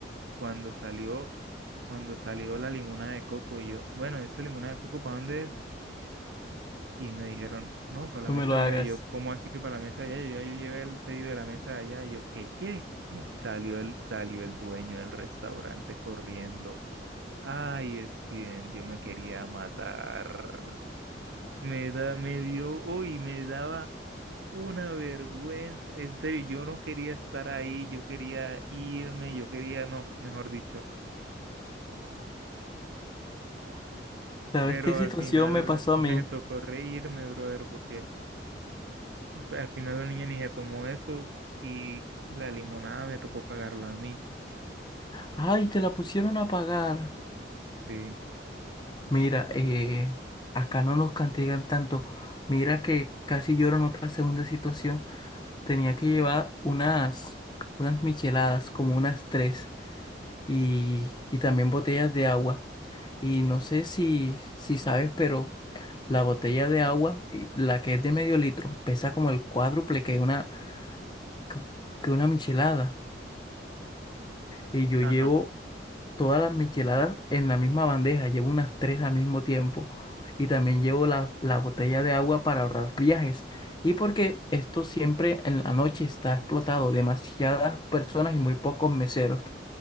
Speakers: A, on the right; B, on the left.
A: Cuando salió cuando salió la limonada de coco y yo, bueno, ¿esta limonada de coco para dónde es? Y me dijeron, no, para la
B: no
A: mesa
B: me lo
A: de
B: hagas.
A: allá. Y yo, ¿cómo así que para la mesa de allá? Y yo, "Ah, yo llevé el pedido de la mesa de allá. Y yo, ¿qué, qué? Salió el, salió el dueño del restaurante corriendo. Ay, Steven, yo me quería matar. Me da, me dio, uy, me daba una vergüenza. En serio, yo no quería estar ahí, yo quería irme, yo quería, no, mejor dicho.
B: ¿Sabes
A: Pero
B: qué situación
A: al final
B: me pasó
A: <laughs>
B: a
A: me
B: mí?
A: tocó reírme, brother, porque al final la niña ni se tomó eso y la limonada me tocó pagarla a mí.
B: Ay, te la pusieron a pagar.
A: Sí,
B: Mira, eh, acá no nos castigan tanto. Mira que casi lloro en otra segunda situación. Tenía que llevar unas, unas micheladas, como unas tres, y, y también botellas de agua. Y no sé si, si sabes, pero la botella de agua, y la que es de medio litro, pesa como el cuádruple que una, que que una michelada. Y yo
A: ajá.
B: llevo todas las micheladas en la misma bandeja, llevo unas tres al mismo tiempo. Y también llevo la, la botella de agua para ahorrar viajes. Y porque esto siempre en la noche está explotado, demasiadas personas y muy pocos meseros.